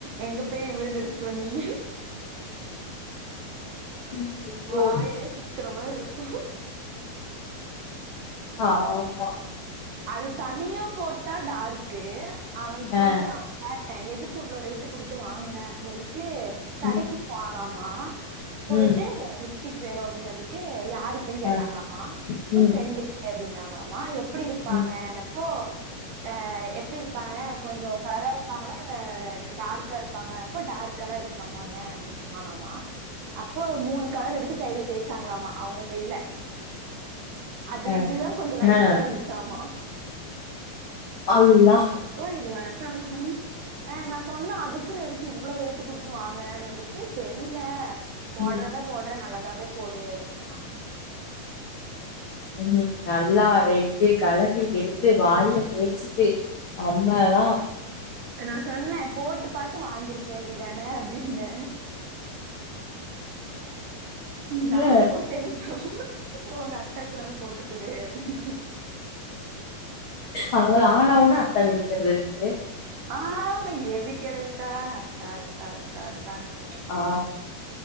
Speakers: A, on the right (about 65°); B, on the left (about 75°).
A: எங்க போய் விழுந்தடிச்சுட்டு வந்தீங்க
B: ஐயோ
A: வாய்லே குத்துற மாரி இருக்கு
B: ஆமா
A: அது தனியா போட்டா டார்க்கு அவ சொல்றா
B: ஆ
A: கேட்டே எதுக்கு இவ்ளோ ரேட்டு குடுத்து வாங்கின அப்டினதுக்கு கடைக்கு
B: ம்
A: போனானாமா போய்ட்டு
B: ம்
A: லிப்ஸ்டிக் வேணு அப்டினதுக்கு யாருக் க்குன்னு கேட்டாங்களாமா
B: ஆ
A: அப்ப
B: ம்
A: ப்ரெண்டுக்கு அப்டின்னாங்களாமா எப்டி இருப்பாங்கன்னப்போ
B: ம்
A: ஆ எப்டி இருப்பாங்க கொஞ்சோ கலரா இருப்பாங்களா இல்ல டார்க்கா இருப்பாங்களானப்போ டார்க்கலா இருக் மாட்டாங்க அப்டின்னு சொன்னானாமா அப்போ மூணு கலர் எடுத்து கையில தேய்ச்சாங்களாமா அவுங்க கைல அதுல
B: ஆ
A: இதுதா கொஞ்சோ லைட்டா
B: ஆ
A: இருந்துச்சாமா
B: அல்லா
A: அப்போ இதுவேணா அப்றோ எத சொல்லணு ஆ நா சொன்னே அதுக்குன்னு எதுக்கு இவ்ளோ ரேட்டு குடுத்து வாங்குனனுதுக்கு தெரியில போடுறதா
B: ம்
A: போடுற நல்லதாவே போடு அப்டின்னு சொன்னா
B: உ நல்லா ரெட்டு கலறி எடுத்து வாயில தேச் ச்சுட்டு அம்மாதா
A: நா சொன்னே போட்டு பாத்து வாங்கிருக்க வேண்டியதான அப்டின்னே நா
B: அ
A: போட் <unintelligible> உங்க அத்தாக்கு வேண போட்டுக்குடு அப்டின்
B: அவுங்கள ஆன ஊன்னா அத்தாவ இழுத்துடுறது
A: ஆமா எதுக் எடுத்தாலு அத்தா அத்தா அத்தா அத்தான்ட்டு
B: ஆ